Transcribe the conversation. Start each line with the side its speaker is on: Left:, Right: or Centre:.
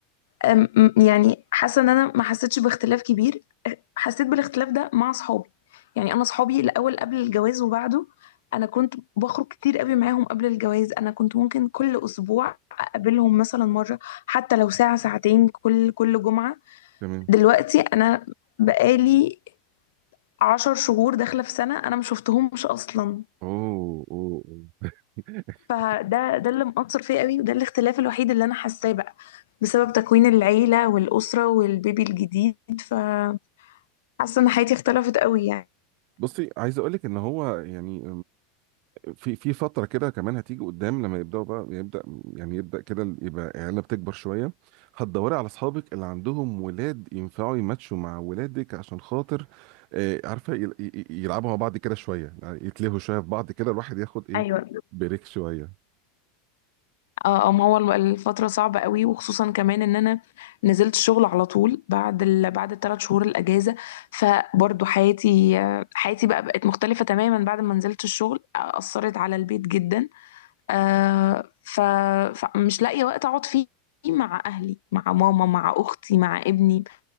Left: أم- يعني حاسه ان انا ما حسيتش باختلاف كبير حسيت بالاختلاف ده مع اصحابي يعني انا اصحابي الاول قبل الجواز وبعده انا كنت بخرج كتير قوي معاهم قبل الجواز انا كنت ممكن كل اسبوع اقابلهم مثلا مره حتى لو ساعه ساعتين كل كل جمعه
Right: تمام
Left: دلوقتي انا بقالي عشر شهور داخله في سنه انا ما شفتهمش اصلا
Right: اوه اوه أوه. <laughs>
Left: فده ده اللي مأثر فيا قوي وده الاختلاف الوحيد اللي انا حاساه بقى بسبب تكوين العيله والاسره والبيبي الجديد فحاسه ان حياتي اختلفت قوي يعني
Right: بصي عايز اقول لك ان هو يعني في في فترة كده كمان هتيجي قدام لما يبدأوا بقى يبدأ يعني يبدأ كده ال- يبقى العيلة بتكبر شوية هتدوري على أصحابك اللي عندهم ولاد ينفعوا يماتشوا مع ولادك عشان خاطر آه، عارفة يل- ي- ي- يلعبوا مع بعض كده شوية يعني يتلهوا شوية في بعض كده الواحد ياخد إيه
Left: ايوه
Right: بريك شوية
Left: اه آه، ما هو الفترة صعبة قوي وخصوصا كمان ان انا نزلت الشغل على طول بعد ال... بعد الثلاث شهور الاجازة فبرضو حياتي آه، حياتي بقى بقت مختلفة تماما بعد ما نزلت الشغل آه، اثرت على البيت جدا آه، ف... فمش لاقية وقت اقعد فيه مع اهلي مع ماما مع اختي مع ابني